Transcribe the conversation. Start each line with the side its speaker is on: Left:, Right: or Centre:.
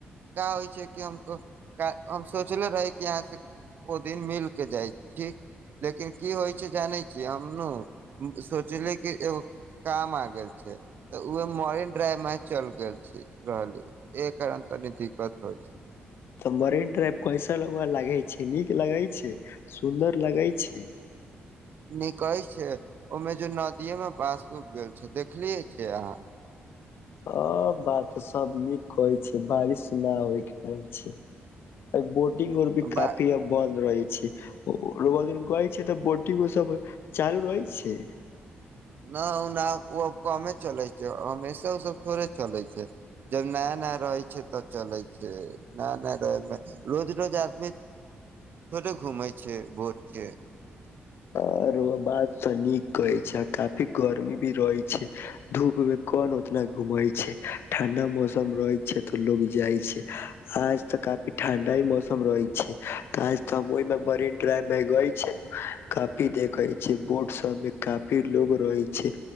Right: का होइ छै कि हम हम सोचले रही कि यहाँ से ओ दिन मिल के जाइ छी लेकिन की होइ छै जानै छी हम सोचली कि एगो काम आ गेल छै तऽ उह मन ्राय माय चल गेल छी रहली एहि कारण तनी दिक्कत होइ छै
Left: तऽ मरीन ड्राइव कैसल उ लगै छै नीक लगै छै सुन्दर लगै छै
Right: निकै छै ओहिमे जे नदिये मे पास उग गेल छै देखलियै छिय अहाँ
Left: ह बात त सब नीक कहै छै बारिश नहि होय के कारण छै बो इंग औरभी
Right: बा
Left: काफी अब बन्द रहय छै ओ ओ रौआ दिन गइ छै तऽ बोटिंग ओ सब चालू रहय छै
Right: न ओना ओ अब कमे चलै छै हमेशा ओसभ थोड़े चलै छै जब नया नया रहै छै तब चलै छै नया नया रहैमे रोज रोज आदमी थोड़े घूमै छै भोज छै
Left: आरो बात त नीक कहै छै काफी गर्मी भी रहै छै धूप मे कोन उतना घूमैय छै ठंडा मौसम रहै छै तऽ लोग जाइ छै आज तऽ काफी ठंडाए मौसम रहै छै तऽ आज तऽ हम ओहिमे मरिनड्राइव मे गै छै काफी देखै छै बोर्ड सभ मे काफी लोग रहै छै